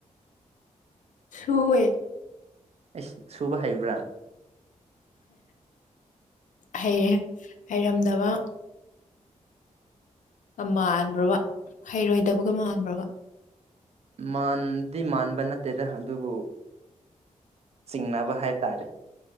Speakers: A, on the left; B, on the right.
A: ꯁꯨꯋꯦ
B: ꯑꯩꯁ ꯁꯨꯕ ꯍꯩꯕ꯭ꯔꯥ
A: ꯍꯩꯔꯦ ꯍꯩꯔꯝꯗꯕ ꯃꯥꯟꯕ꯭ꯔꯕ ꯍꯩꯔꯣꯏꯗꯕꯒ ꯃꯥꯟꯕ꯭ꯔꯕ
B: ꯃꯥꯟꯗꯤ ꯃꯥꯟꯕ ꯅꯠꯇꯦꯗ ꯑꯗꯨꯕꯨ ꯆꯤꯡꯅꯕ ꯍꯥꯏ ꯇꯔꯦ